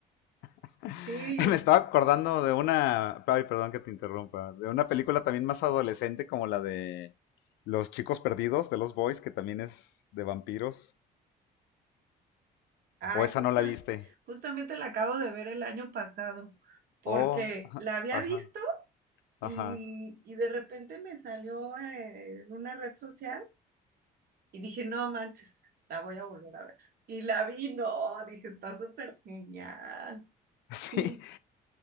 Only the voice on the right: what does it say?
Sí,
ay,
justa,
justamente la acabo de ver el año pasado, porque
la
había
visto Y,
y de repente me salió eh, en una red social y dije, no manches, la voy a volver a ver. Y la vi, no, dije, está súper genial.
Sí.